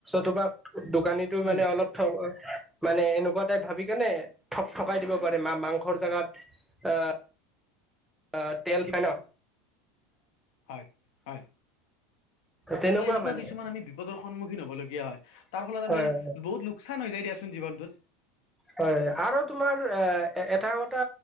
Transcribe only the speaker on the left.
উম
হয় হয়
ত এনেকুৱা
কিছুমান আমি বিপদৰ। সন্মুখীন হ'বলগীয়া হয় তাৰ ফলত
আমি
বহুত লোকচান হৈ যায় দিয়াচোন জীৱনটোত।